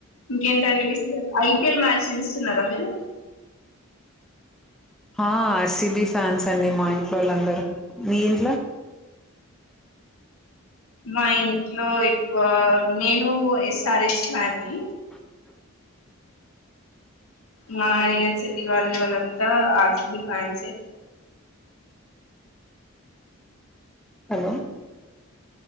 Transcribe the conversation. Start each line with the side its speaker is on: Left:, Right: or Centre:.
Left: ఇంకే తండడి వి ఐపీఎల్ మ్యాచ్ చూస్తున్నారా మీరు
Centre: ఆ ఆర్సిబి ఫ్యాన్స్ అండి మా ఇంట్లో వాళ్ళ అందరుూ మీ ఇంట్లో
Left: మా ఇంట్లో ఎక్కువ నేను ఎస్ఆర్ ఇష్టాన్ని
Centre: అ
Left: మా ఇక చెల్లి వాళ్ళు వాళ్ళంతా ఆర్సిది ఫ్యాన్సే
Centre: హలో